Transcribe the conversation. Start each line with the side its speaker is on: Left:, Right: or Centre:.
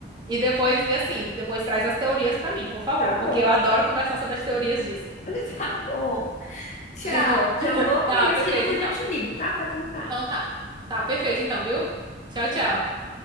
Right: E depois, e assim, depois traz as teorias pra mim, por favor,
Left: Tá bom.
Right: porque eu adoro conversar sobre as teorias disso.
Left: <laughs> Tá bom. Tchau.
Right: <laughs>
Left: Já vou
Right: Tá,
Left: correndo
Right: perfeito,
Left: assistir, depois
Right: então.
Left: eu te ligo, tá? Pra contar.
Right: Então tá. Tá, perfeito, então, viu? Tchau,
Left: Tchau.
Right: tchau.